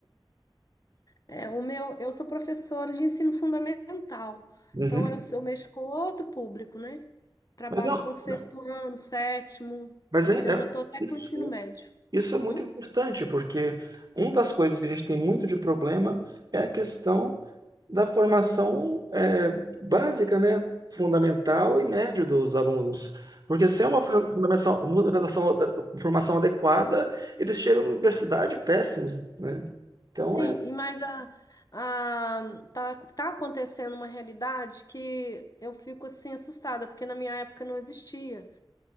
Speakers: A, on the left; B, on the right.
A: É, o meu, eu sou professora de ensino fundamental,
B: Uhum.
A: então eu, sou- eu mexo com outro público, né? Trabalho
B: Mas não,
A: com sexto
B: não.
A: ano, sétimo.
B: mas
A: Esse
B: é, é-
A: ano eu estou até
B: isso,
A: com o ensino médio.
B: isso é muito
A: Hum?
B: importante, porque uma das coisas que a gente tem muito de problema é a questão da formação é, básica, né, fundamental e média
A: Sim.
B: dos alunos. Porque sem uma for-
A: É.
B: fundamentação, fundamentação- formação adequada, eles chegam na universidade péssimos, né? Então
A: Sim,
B: é.
A: e mas a, a, tá, tá acontecendo uma realidade que eu fico assim assustada, porque na minha época não existia.